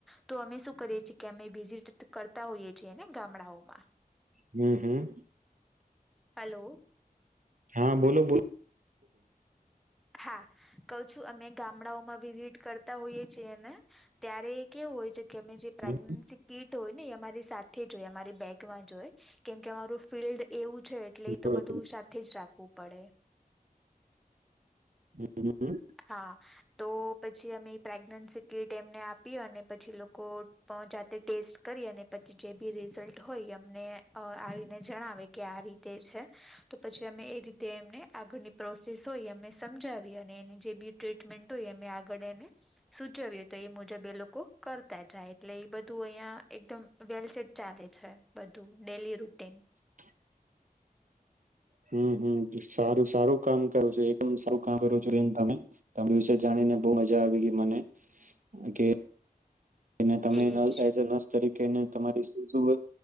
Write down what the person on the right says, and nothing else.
હમ્મ.
હા બોલો બોલો.
હમ
બરોબર.
હમ હમ
<inaudible> હમ્મ હમ્મ સારું સારું કામ કરો છો એકદમ સારું કામ કરો છો બેન તમે. તમારી વિશે જાણી ને બહુ મજા આવી ગઈ મને કે એને તમે
એનલ એઝ અ નર્સ તરીક કે ને તમારી સુ સુ ન